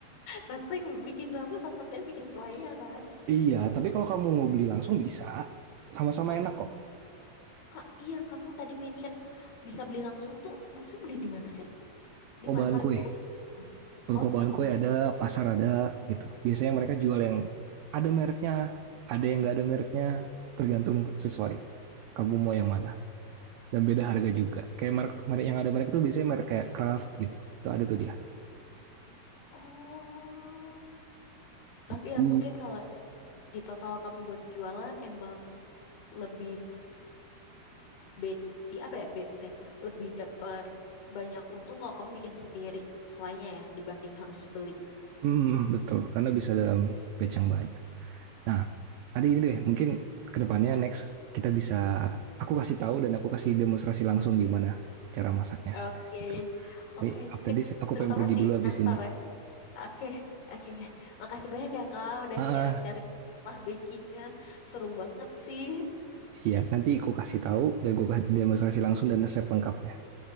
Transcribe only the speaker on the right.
Iya, tapi kalau kamu mau beli langsung bisa. Sama-sama
enak kok.
Toko
bahan kue.
Toko
bahan
kue
ada, pasar ada gitu. Biasanya mereka jual yang ada mereknya, ada yang nggak ada mereknya, tergantung sesuai. Kamu mau yang mana? dan beda harga juga. Kayak merek, merek yang ada merek tuh biasanya merek kayak Kraft gitu. Itu ada tuh dia.
Gitu.
Hmm, betul. Karena bisa dalam batch yang banyak. Nah, nanti gini deh, mungkin kedepannya next kita bisa, aku kasih tahu dan aku kasih demonstrasi langsung gimana cara masaknya
gitu.
Nih, after
this aku
pengen pergi
dulu habis
ini.
Ah,
ah,
iya, nanti aku kasih tahu dan aku kasih demonstrasi langsung dan resep lengkapnya.